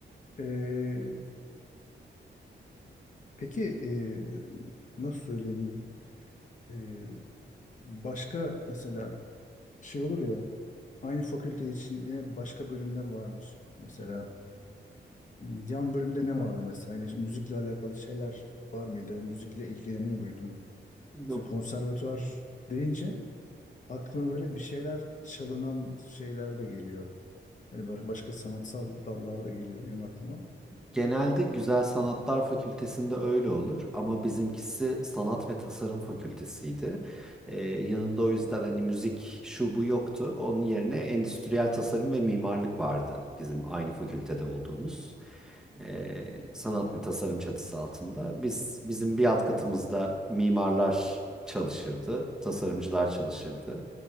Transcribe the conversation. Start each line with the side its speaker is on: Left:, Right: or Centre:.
Left: E, peki e, nasıl söyleyeyim? E, başka mesela şey olur ya aynı fakülte için yine başka bölümler vardır. Mesela Yan bölümde ne vardı mesela? Yani müzikle alakalı şeyler var mıydı? Müzikle ilgileniyor muydun?
Centre: Yok.
Left: Şimdi konservatuvar deyince aklıma böyle bir şeyler çalınan şeyler de geliyor. Hani ba- başka sanatsal dallar da geliyor benim aklıma.
Centre: Genelde Güzel Sanatlar Fakültesi'nde öyle olur ama bizimkisi Sanat ve Tasarım Fakültesiydi. Ee, yanında o yüzden hani müzik şu bu yoktu. Onun yerine Endüstriyel Tasarım ve Mimarlık vardı bizim aynı fakültede olduğumuz. Ee, sanat ve tasarım çatısı altında. Biz bizim bir alt katımızda mimarlar çalışırdı, tasarımcılar çalışırdı.